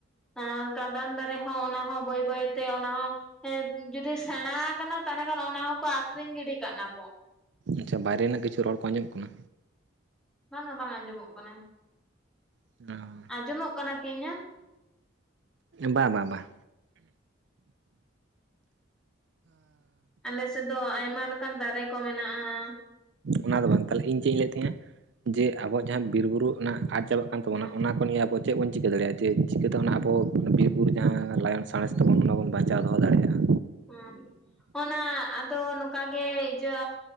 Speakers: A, in the centre; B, on the right (about 65°).
A: <unintelligible> ᱠᱟᱫᱟᱢ ᱫᱟᱨᱮ ᱦᱚᱸ ᱚᱱᱟ ᱦᱚᱸ ᱵᱟᱹᱭ ᱵᱟᱹᱭᱛᱮ ᱚᱱᱟ ᱦᱚᱸ ᱮᱫᱽ ᱡᱩᱫᱤ ᱥᱮᱬᱟ ᱠᱟᱱᱟ ᱛᱟᱦᱞᱮ ᱠᱷᱟᱱ ᱚᱱᱟ ᱦᱚᱸᱠᱚ ᱟᱠᱷᱨᱤᱧ ᱜᱤᱰᱤ ᱠᱟᱜ ᱠᱟᱱᱟ ᱠᱚ
B: ᱟᱪᱪᱷᱟ ᱵᱟᱭᱨᱮ ᱨᱮᱱᱟᱜ ᱠᱤᱪᱷᱩ ᱨᱚᱲ ᱠᱚ ᱟᱸᱡᱚᱜ ᱠᱟᱱᱟ
A: ᱵᱟᱝᱼ ᱟ ᱵᱟᱝ ᱟᱡᱚᱢᱚᱜ ᱠᱟᱱᱟ
B: <unintelligible>
A: ᱟᱸᱡᱚᱢᱚᱜ ᱠᱟᱱᱟ ᱠᱤ ᱤᱧᱟᱹᱜ
B: ᱵᱟᱸ ᱵᱟᱸ ᱵᱟᱸ
A: ᱟᱞᱮ ᱥᱮᱫᱽ ᱫᱚ ᱟᱭᱢᱟ ᱞᱮᱠᱟᱱ ᱫᱟᱨᱮ ᱠᱚ ᱢᱮᱱᱟᱜᱼᱟ᱾
B: ᱚᱱᱟ ᱫᱚ ᱵᱟᱝ ᱛᱟᱦᱚᱞᱮ ᱤᱧ ᱪᱮᱫ ᱤᱧ ᱞᱟᱹᱭᱮᱫ ᱛᱟᱦᱮᱸᱱᱟ ᱡᱮ ᱟᱵᱚ ᱡᱟᱦᱟᱸ ᱵᱤᱨ ᱵᱩᱨᱩ ᱚᱱᱟ ᱟᱫᱽ ᱪᱟᱵᱟᱜ ᱠᱟᱱ ᱛᱟᱵᱚᱱᱟ
A: ᱦᱮᱸ
B: ᱚᱱᱟ ᱠᱚ ᱱᱤᱭᱟ ᱟᱵᱚ ᱪᱮᱫ ᱵᱚᱱ ᱪᱤᱠᱟᱹ ᱫᱟᱲᱮᱭᱟᱜᱼᱟ ᱡᱮ ᱪᱤᱠᱟᱹᱛᱮ ᱟᱵᱚ ᱵᱤᱨᱵᱩᱨᱩ ᱡᱟᱦᱟᱸ ᱞᱟᱭᱚᱱ ᱥᱟᱬᱮᱥ ᱛᱟᱵᱚᱱ ᱚᱱᱟ ᱵᱚᱱ ᱵᱟᱧᱪᱟᱣ ᱫᱚᱦᱚ ᱫᱟᱲᱮᱭᱟᱜᱼᱟ
A: ᱦᱚᱱ ᱚᱱᱟ ᱟᱫᱚ ᱱᱚᱝᱠᱟ ᱜᱮ ᱤᱡᱟ